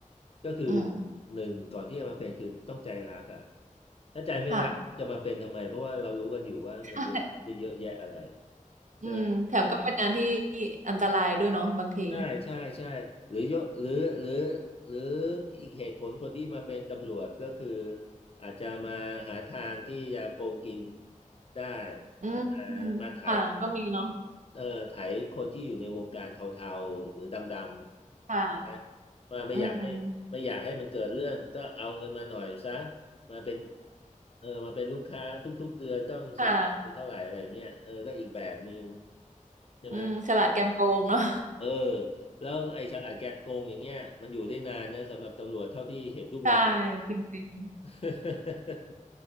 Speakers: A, on the left (about 45°); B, on the right (about 65°).
A: ก็คือ
B: อืม
A: หนึ่งก่อนที่จะมาเป็นคือต้องใจรักอ่ะถ้าใจไม่รักจะมาเป็นทำไมเพราะว่าเรารู้กันอยู่ว่าเงินเดือนไม่ได้เยอะแยะอะไร
B: ค่ะใช่
A: ใช่ไหม
B: อืมแถมก็เป็นงานที่อันตรายด้วยเนาะบางที
A: ใช่ใช่ใช่หรือยกหรือหรือหรืออีกเหตุผลคนที่มาเป็นตำรวจก็คืออาจจะมาหาทางที่จะโกงกินได้
B: อืมอืมค่ะก็มีเนาะ
A: นะมามาไถเอ่อไถคนที่อยู่ในวงการเทาๆหรือดำๆนะ
B: ค่ะ
A: มาไม่อยากให้ไม่อยากให้มันเกิดเรื่องก็เอาเงินมาหน่อยซะ
B: อืม
A: มาเป็นเออมาเป็นลูกค้าทุกๆเดือนต้องส่งเท่าไหร่อะไรเงี้ยเออก็อีกแบบหนึ่ง
B: ค่ะ
A: ใช่ไหม
B: อืมฉลาดแกมโกงเนาะ
A: เออแล้วไอ้ฉลาดแกมโกงอย่างเงี้ยมันอยู่ได้นานนะสำหรับตำรวจเท่าที่เห็นทุกวันนี้
B: <laughs> ใช่จริง
A: <laughs>